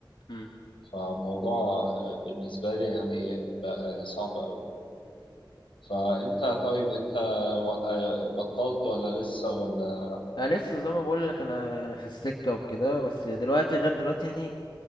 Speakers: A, on the left; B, on the left.
A: امم
B: فالموضوع آه، بالنسبة لي يعني بقى صعب أوي فانت طيب انت و- آه، بطلت ولا لسه ولا
A: انا لسه زي ما بقول لك انا انا في السكة وكده بس دلوقتي غير دلوقتي يعني